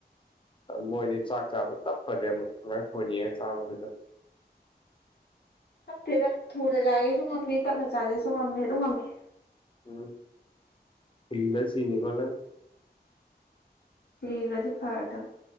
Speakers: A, on the left (about 30°); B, on the left (about 70°).
A: ꯃꯣꯏꯗꯤ ꯆꯥꯛ ꯆꯥꯕ ꯇꯞꯄꯅꯦꯕ ꯑꯗꯨꯃꯥꯏꯅ ꯐꫭꯟ ꯌꯦꯡꯉ ꯆꯥꯕ ꯈꯩꯗꫭ
B: <inaudible> ꯇꯦꯗ ꯊꯨꯅ ꯆꯥꯒꯦꯁꯨ ꯉꯝꯃꯤ ꯇꯞꯅ ꯆꯥꯒꯦꯁꯨ ꯉꯝꯃꯤ ꯑꯗꯨꯝ ꯉꯝꯃꯤ
A: ꯎꯝ ꯐꯨꯜꯂ ꯁꯤꯅꯤꯀꫭ ꯅꯪ
B: ꯁꯤꯘ꯭ꯔꯗꯤ ꯐꯔ ꯗꯝ